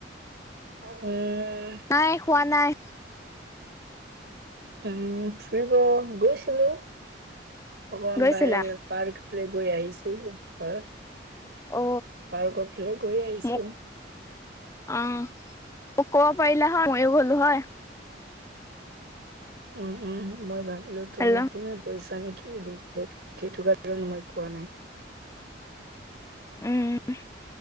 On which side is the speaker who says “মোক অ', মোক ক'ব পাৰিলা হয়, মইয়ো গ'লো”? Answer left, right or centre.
Left